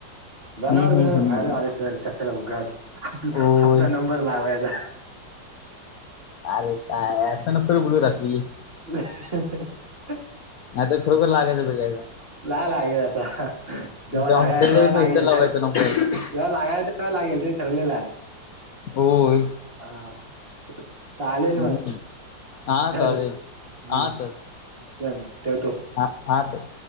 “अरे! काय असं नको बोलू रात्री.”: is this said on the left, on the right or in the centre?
Left